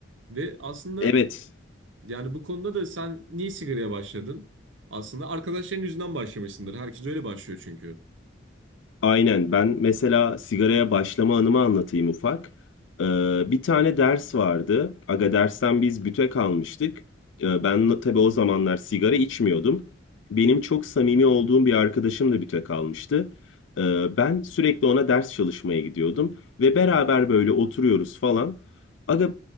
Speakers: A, on the right; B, on the left.
A: Ve aslında
B: Evet.
A: yani bu konuda da sen niye sigaraya başladın? Aslında arkadaşların yüzünden başlamışsındır. Herkes öyle başlıyor çünkü.
B: Aynen. Ben mesela sigaraya başlama anımı anlatayım ufak. Ee, bir tane ders vardı. Aga dersten biz bütek almıştık. Ee, ben de tabii o zamanlar sigara içmiyordum. Benim çok samimi olduğum bir arkadaşım da bütek almıştı. Ee, ben sürekli ona ders çalışmaya gidiyordum. Ve beraber böyle oturuyoruz falan. Aga